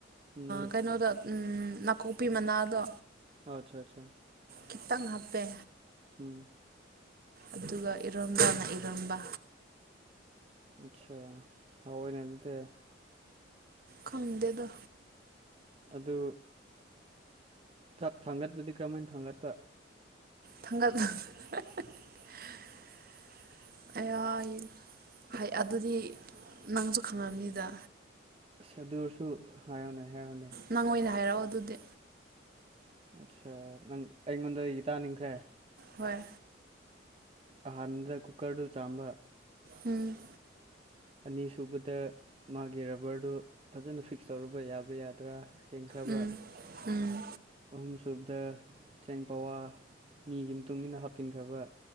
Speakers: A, on the right; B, on the right.
A: ꯎꯝ
B: ꯀꯩꯅꯣꯗ ꯎꯝ ꯅꯥꯀꯨꯞꯄꯤ ꯃꯅꯥꯗꯣ
A: ꯑꯠꯆꯥ ꯑꯠꯆꯥ
B: ꯈꯤꯇꯪ ꯍꯥꯞꯄꯦ
A: ꯎꯝ
B: ꯑꯗꯨꯒ ꯏꯔꯣꯝꯕꯅ ꯏꯔꯝꯕ
A: ꯑꯆꯥ ꯍꯥꯥꯎꯏꯅꯦ ꯑꯗꯨꯗꯤ
B: ꯈꯪꯗꯦꯗ
A: ꯑꯗꯨ ꯆꯥꯛ ꯊꯥꯡꯒꯠꯄꯗꯤ ꯀꯔꯝꯍꯥꯏꯅ ꯊꯥꯡꯒꯠꯄ
B: ꯊꯥꯡꯒꯜ <unintelligible> ꯑꯌꯥ ꯍꯩ ꯑꯗꯨꯗꯤ ꯅꯪꯁꯨ ꯈꯪꯉꯝꯅꯤꯗ
A: ꯑꯁ ꯑꯗꯨꯔꯁꯨ ꯍꯥꯏꯌꯨꯅꯦ ꯍꯥꯏꯌꯨꯅꯦ
B: ꯅꯪ ꯑꯣꯏꯅ ꯍꯥꯏꯔꯛꯑꯣ ꯑꯗꯨꯗꯤ
A: ꯑꯠꯆꯥ ꯅꯪ ꯑꯩꯉꯣꯟꯗ ꯒꯤꯇꯥꯥꯅꯤꯡꯈ꯭ꯔꯦ
B: ꯍꯣꯏ
A: ꯍꯟꯗ ꯀꯨꯀꯔꯗꯨ ꯆꯥꯝꯕ
B: ꯎꯝ
A: ꯑꯅꯤꯁꯨꯕꯗ ꯃꯥꯒꯤ ꯔꯕꯔꯗꯨ ꯐꯖꯅ ꯐꯤꯛꯁ ꯇꯧꯔꯨꯕ ꯌꯥꯕ꯭ꯔꯥ ꯌꯥꯗ꯭ꯔꯥ ꯍꯦꯟꯈ꯭ꯔꯕ
B: ꯎꯝ ꯎꯝ
A: ꯑꯍꯨꯝꯁꯨꯕꯗ ꯆꯦꯡ ꯄꯋꯥ ꯃꯤꯒꯤ ꯃꯇꯨꯡ ꯏꯟꯅ ꯍꯥꯞꯆꯤꯟꯈ꯭ꯔꯕ